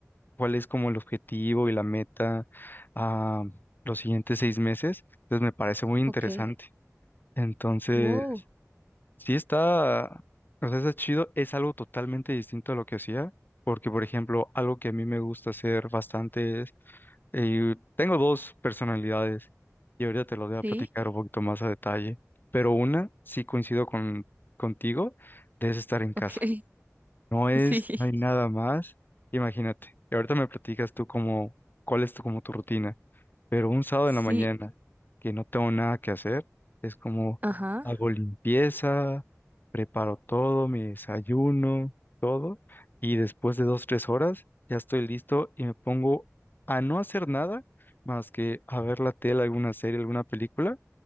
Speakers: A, on the left; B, on the right.
A: cuál es como el objetivo y la meta a los siguientes seis meses, entonces me parece muy interesante.
B: ok.
A: Entonces,
B: Wow,
A: Sí está, o sea, está chido, es algo totalmente distinto a lo que hacía, porque por ejemplo, algo que a mí me gusta hacer bastante es, eh, tengo dos personalidades y ahorita te lo voy a
B: sí,
A: platicar un poquito más a detalle, pero una sí coincido con contigo, es estar en casa.
B: ok,
A: No es,
B: <laughs> sí,
A: no hay nada más, imagínate. Y ahorita me platicas tú como, cuál es tu, como tu rutina. Pero un sábado
B: sí,
A: en la mañana que no tengo nada que hacer, es como
B: ajá,
A: hago limpieza, preparo todo, mi desayuno, todo, y después de dos, tres horas ya estoy listo y me pongo a no hacer nada más que a ver la tele, alguna serie, alguna película